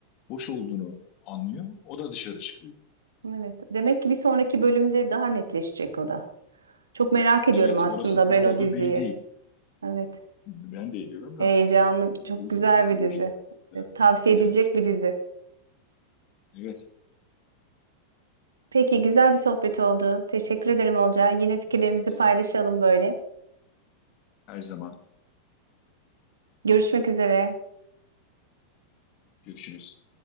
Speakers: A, on the left (about 40°); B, on the right (about 70°).
A: boş olduğunu anlıyor. O da dışarı çıkıyor.
B: evet demek ki bir sonraki bölümde daha netleşecek o da. Çok merak ediyorum
A: Evet,
B: aslında
A: orası ne
B: ben
A: oldu
B: o diziyi.
A: belli değil.
B: Evet.
A: Ben de ediyorum da
B: Heyecanlı,
A: e, uzun
B: çok güzel
A: sürüyor
B: bir dizi.
A: işte. bu
B: E, Tavsiye edilecek
A: çıkması.
B: bir dizi.
A: Evet,
B: Peki güzel bir sohbet oldu. Teşekkür ederim Olcay. Yine fikirlerimizi
A: bence
B: paylaşalım
A: de.
B: böyle.
A: Her zaman
B: Görüşmek üzere.
A: görüşürüz.